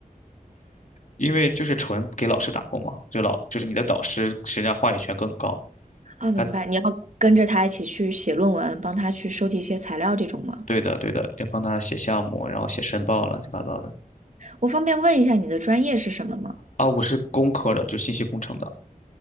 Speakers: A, on the left; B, on the right.
A: 因为就是纯给老师打工嘛，就老就是你的导师实际上话语权更高。
B: 啊，明白，
A: 他
B: 你要跟着他一起去写论文，帮他去收集一些材料这种吗？
A: 对的对的，要帮他写项目，然后写申报，乱七八糟的。
B: 我方便问一下你的专业是什么吗？
A: 啊，我是工科的，就信息工程的，